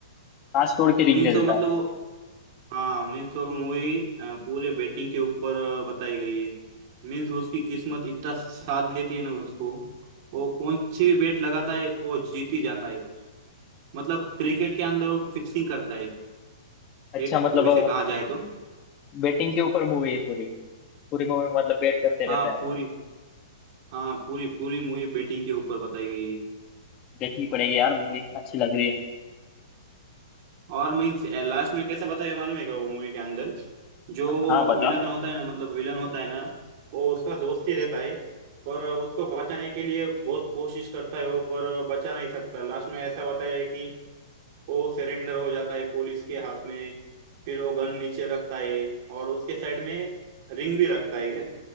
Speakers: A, on the left; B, on the right.
A: कांच तोड़ के रिंग
B: मीन्स
A: दे देता
B: वो मतलब
A: है
B: वो हाँ मीन्स वो मूवी पूरे बेटिंग के ऊपर अ, बताई गई है मीन्स उसकी किस्मत इतना साथ देती है ना उसको वो कौन सी भी बेट लगाता है वो जीत ही जाता है मतलब क्रिकेट के अंदर वो फिक्सिंग करता है
A: अच्छा
B: एक
A: मतलब
B: वैसे कहा जाए तो
A: बेटिंग के ऊपर मूवी है पूरी पूरी मूवी मतलब बेट करते रहता
B: हाँ
A: है वो।
B: पूरी हाँ पूरी पूरी मूवी बेटिंग के ऊपर बताई गई है
A: देखनी पड़ेगी यार मूवी अच्छी लग रही है
B: और मीन्स लास्ट में कैसा बताया मालूम है क्या वो मूवी के अंदर जो
A: हाँ बता
B: विलन होता है ना मतलब विलन होता है ना वो उसका दोस्त ही रहता है पर उसको बचाने के लिए बहुत कोशिश करता है वो पर बचा नहीं सकता लास्ट में ऐसा बताया है कि वो सरेंडर हो जाता है पुलिस के हाथ में फिर वो गन नीचे रखता है और उसके साइड में रिंग भी रखता है